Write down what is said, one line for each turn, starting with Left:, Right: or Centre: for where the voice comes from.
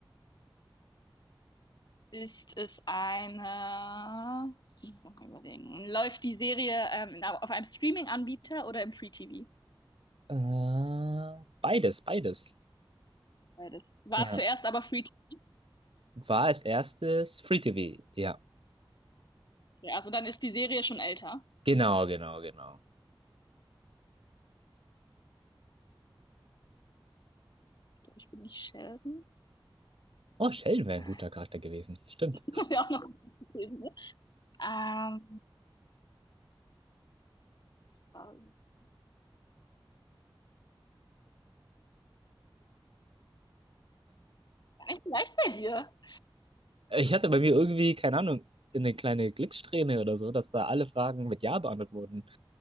Left: Ist es eine, ich muss mal überlegen, läuft die Serie ähm, auf einem Streaming-Anbieter oder im Free-TV?
Right: Äh, beides, beides.
Left: Beides. War
Right: Ja.
Left: zuerst aber Free-TV,
Right: War als erstes Free TV. Ja.
Left: also dann ist die Serie schon älter.
Right: Genau, genau, genau.
Left: Ich bin nicht Sheldon.
Right: Oh, Sheldon wäre
Left: Ah,
Right: ein guter Charakter gewesen. Stimmt.
Left: <laughs> Das wäre auch noch gewesen. Ähm, Mann, gar nicht leicht bei dir. <laughs>
Right: Ich hatte bei mir irgendwie, keine Ahnung, eine kleine Glückssträhne oder so, dass da alle Fragen mit Ja beantwortet wurden.